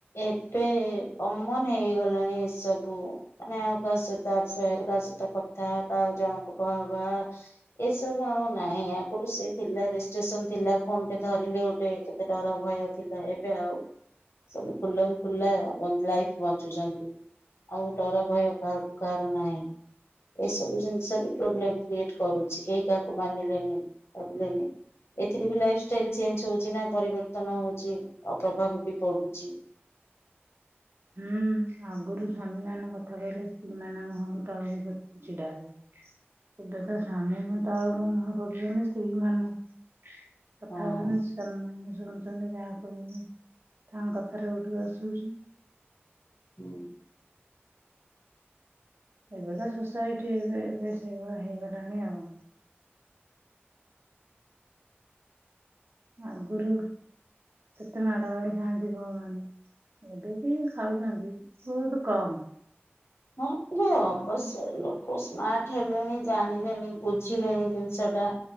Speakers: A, on the left (about 80°); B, on the right (about 60°).
A: ଏପେ କମନ୍ ହେଇଗଲାଣି ଏସବୁ ମାନେ ଆଉ କାହା ସହିତ ଆଫେଆର୍ ବା ସେ ତା କଥା ତା ଆଉ ଜଣଙ୍କୁ ବାହା ହବା ଏସବୁ ଆଉ ନାଇଁ ଆଗୁରୁ ସେ ଥିଲା ରେଷ୍ଟ୍ରେସନ୍ ଥିଲା ଫୋନ୍ ଟେ ଧରିଲେ ଗୋଟେ କେତେ ଡର ଭୟ ଥିଲା ଏବେ ଆଉ ସବୁ ଖୁଲମ୍ ଖୁଲା ମନ୍ଦ୍ ଲାଇଫ୍ ବଞ୍ଚୁଚନ୍ତି ଆଉ ଡର ଭୟ କାହାକୁ କାଆର ନାଇଁ ଏସବୁ ଜିନ୍‌ଷ ବି ପ୍ରୋବ୍ଲେମ୍ କ୍ରିଏଟ୍ କରୁଚି କେହି କାହାକୁ ମାନିଲେନି ପାରିଲେନି ଏଥିରେ ବି ଲାଇଫ୍‌ଷ୍ଟାଇଲ୍ ଚେଞ୍ଚ୍ ହଉଚି ନା ପରିବର୍ତ୍ତନ ହଉଚି ଓ ପ୍ରଭାବ ବି ପଡୁ ଚିଉ
B: ହୁଁ ଆଗୁରୁ ସ୍ୱାମୀମାନେ କଥା କହିଲେ ସ୍ତ୍ରୀମାନେ ମୁହଁକୁ ତଳକୁ ପୋତି କି ଛିଡା ହେବେ ଏବେ ତ ସ୍ଵାମୀ ମ ତଳକୁ ମୁହଁ ପକେଇଅନ୍ତି ସ୍ତ୍ରୀମାନେ କଥା
A: ହଁ।
B: ହଉଛନ୍ତି ସେମାନେ ଶୁଣୁ ଚ ସେମାନେ ଯାହା କହୁଛନ୍ତି ତାଙ୍କ କଥାରେ ଉଠୁ ବସ ହଉଛନ୍ତି।
A: ହୁଁ।
B: ଏବେ ତ ସୋସାଇଟି ଏବେ ଏବେ ସେଇଭଳିଆ ହେଇଗଲାଣି ଆଉ। ଆଗରୁ କେତେ ମାଡ ଗାଳି ଖାଆନ୍ତି ବୋହୁମାନେ। ଏବେ ବି ଖାଉଛନ୍ତି, ବହୁତ କମ।
A: ହଁ ବସ
B: ହୁଁ
A: ଅବଶ୍ୟ ଏଇନୁ ଲୋକ ସ୍ମାର୍ଟ ହେଲେଣି ଜାଣିଲେଣି ବୁଝିଲେଣି ଜିନିଷଟା।